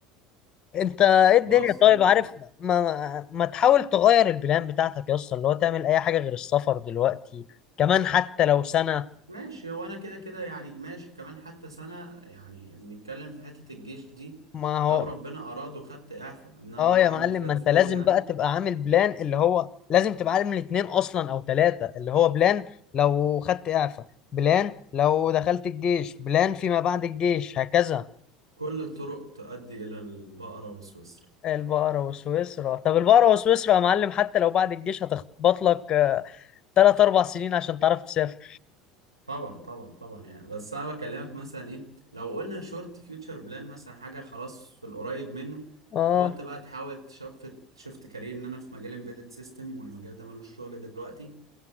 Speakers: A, on the left; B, on the right.
A: انت ايه الدنيا
B: خلاص زي
A: طيب
B: الفل
A: عارف ما ما تحاول تغير البلان بتاعتك يا اسطى اللي هو تعمل اي حاجة غير السفر دلوقتي كمان حتى لو سنة
B: ماشي هو انا كده كده يعني ماشي كمان حتى سنه يعني بنتكلم في حته الجيش دي
A: ما هو
B: لو ربنا اراد وخدت اعفاء ان انا
A: اه
B: برضو
A: يا
B: عندي
A: معلم
B: فلات
A: ما انت
B: فوت
A: لازم
B: يعني
A: بقى تبقى عامل بلان اللي هو لازم تبقى عامل اتنين اصلا او ثلاثة اللي هو بلان لو خدت اعفاء بلان لو دخلت الجيش بلان فيما بعد الجيش هكذا
B: كل الطرق تؤدي الى البقره وسويسرا
A: البقرة وسويسرا طب البقرة وسويسرا يا معلم حتى لو بعد الجيش هتخبط لك آه، تلات أربع سنين عشان تعرف تسافر
B: طبعا طبعا طبعا يعني بس انا بكلمك مثلا ايه لو قلنا شورت فيوتشر بلان مثلا حاجه خلاص في القريب منه
A: اه
B: هو انت بقى تحاول تشفت شفت كارير ان انا في مجال امبيدد سيستم والمجال ده ملوش شغل دلوقتي